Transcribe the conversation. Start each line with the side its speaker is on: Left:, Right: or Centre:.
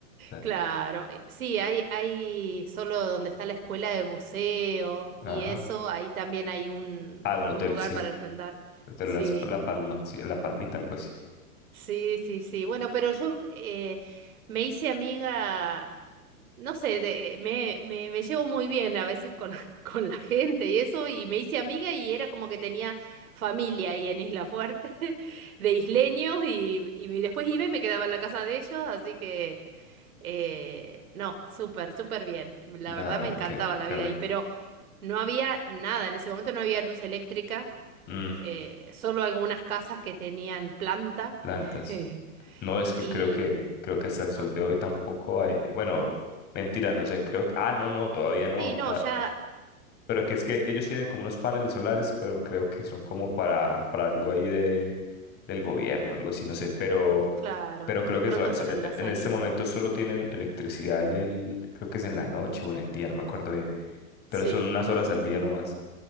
Left: O sea,
Right: Claro, eh, sí, hay hay solo donde está la escuela de buceo
Left: Ajá.
Right: y eso, ahí también hay un
Left: Ah, un
Right: un
Left: hotel,
Right: lugar
Left: sí.
Right: para rentar.
Left: Hotel
Right: Sí.
Left: Las- La Palma, sí, La Palmita, algo así.
Right: Sí, sí, sí. Bueno, pero yo eh, me hice amiga no sé, de- me, me, me llevo muy bien a veces con, <laughs> con la gente y eso, y me hice amiga y era como que tenía familia ahí en Isla Fuerte, <laughs> de isleños, y, y me- después iba y me quedaba en la casa de ellos, así que, eh, no, súper, súper bien. La verdad
Left: Ah,
Right: me encantaba
Left: qué,
Right: la
Left: qué
Right: vida
Left: rico.
Right: ahí, pero no había nada, en ese momento no había luz eléctrica,
Left: Mm,
Right: eh, solo algunas casas que tenían planta,
Left: plantas.
Right: <laughs>
Left: No, es que
Right: y...
Left: creo que, creo que hasta el
Right: No.
Left: sol de hoy tampoco hay. Bueno, mentira, no sé, creo que. Ah, no, no, todavía no.
Right: Sí, no, ya
Left: Pero que es que ellos tienen como unos paneles solares, pero creo que son como para, para algo ahí de, del gobierno, algo así, no sé. Pero,
Right: Claro,
Left: pero creo
Right: de pronto
Left: que so- so-
Right: para
Left: e-
Right: la
Left: e-
Right: salita.
Left: en este momento solo tienen electricidad en el, creo que es en la noche o en el día, no me acuerdo bien. Pero
Right: Sí,
Left: son unas horas al día nomás.